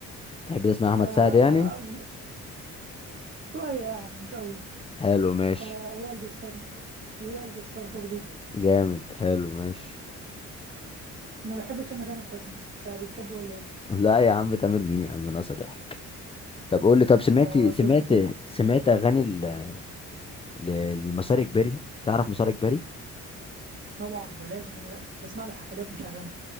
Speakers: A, on the left; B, on the right.
A: تحب تسمع أحمد
B: آه
A: سعد يعني
B: آه، شوية يعني مش قوي
A: حلو ماشي
B: آه وائل جسار وائل جسار برضو
A: جامد حلو ماشي
B: ما بحبش انا تامر حسني فبتحبه ولا ايه
A: لا يا عم تامر مين يا عم ناقصه ضحك طب قول لي طب سمعت
B: اه بالظبط
A: سمعت
B: كده
A: سمعت اغاني ال- ل- لمسار اجباري تعرف مسار اجباري
B: طبعا ده لازم ده انا بسمع له حفلات مش اغاني